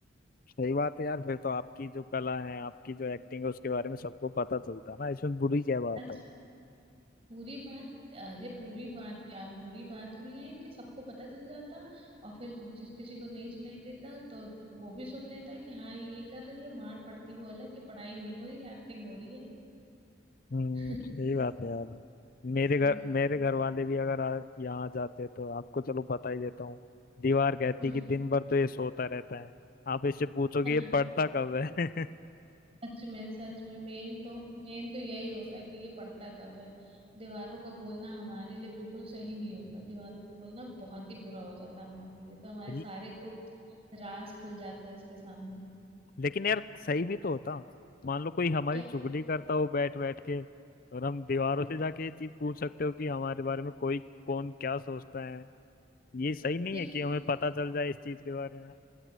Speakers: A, on the left; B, on the right.
A: सही बात है यार फिर तो आपकी जो कला है आपकी जो एक्टिंग है उसके बारे में सबको पता चलता है ना इसमें बुरी क्या बात
B: तो
A: है
B: बुरी बात अरे बुरी बात क्या बुरी बात भी है कि सबको पता चल जाता और फिर जिस किसी को नहीं सुनाई देता तो वो भी सुन लेता कि हाँ ये ये कर रही है मार पड़ती वो अलग कि पढ़ाई नहीं हो रही है, एक्टिंग हो रही है
A: हम्म
B: <laughs>
A: सही बात है यार मेरे घर
B: हम्म
A: मेरे घर वाले भी अगर आ, यहाँ जाते तो आपको चलो बता ही देता हूँ दीवार कहती
B: हम्म
A: कि दिन भर तो ये सोता रहता है आप इससे पूछो
B: हाँ,
A: कि ये पढ़ता कब है
B: सच में सच में मेन तो मेन तो यही होता है कि ये पढ़ता कब है दीवारों का बोलना हमारे लिए बिल्कुल सही नहीं होता दीवारों का बोलना बहुत ही बुरा हो जाता है हमारे लिए तो हमारे
A: <laughs>
B: सारे गुप्त राज खुल जाते हैं उसके सामने
A: लेकिन यार सही भी तो होता मान लो कोई हमारी
B: क्या
A: चुगली करता हो बैठ बैठ के और हम दीवारों से जाके ये चीज पूछ सकते हो कि हमारे बारे में कोई कौन क्या सोचता है ये सही नहीं
B: लेकिन
A: है कि हमें पता चल जाए इस चीज के बारे में